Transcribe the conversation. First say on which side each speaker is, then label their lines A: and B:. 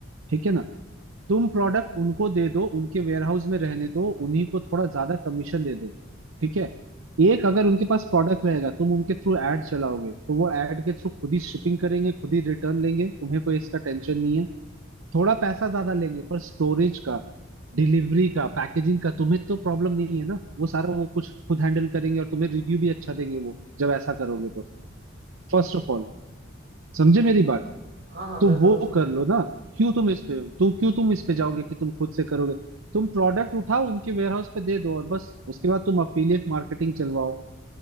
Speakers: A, on the right (about 75°); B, on the right (about 50°).
A: ठीक है ना तुम प्रोडक्ट उनको दे दो उनके वेयरहाउस में रहने दो उन्हीं को थोड़ा ज्यादा कमीशन दे दो ठीक है एक अगर उनके पास प्रोडक्ट रहेगा तुम उनके थ्रू ऐड चलाओगे तो वो ऐड के थ्रू खुद ही शिपिंग करेंगे खुद ही रिटर्न लेंगे तुम्हें कोई इसका टेंशन नहीं है थोड़ा पैसा ज्यादा लेंगे पर स्टोरेज का डिलीवरी का पैकेजिंग का तुम्हें तो प्रॉब्लम नहीं है ना वो सारा वो कुछ खुद हैंडल करेंगे और तुम्हें रिव्यू भी अच्छा देंगे वो जब ऐसा करोगे तो फर्स्ट ऑफ ऑल समझे मेरी बात
B: हाँ हाँ मैं
A: तो
B: समझ
A: वो
B: रहा
A: कर
B: हूँ
A: लो ना क्यों तुम इस पे तुम क्यों तुम इस पे जाओगे कि तुम खुद से करोगे तुम प्रोडक्ट उठाओ उनके वेयरहाउस पे दे दो और बस उसके बाद तुम अफिलिएट मार्केटिंग चलवाओ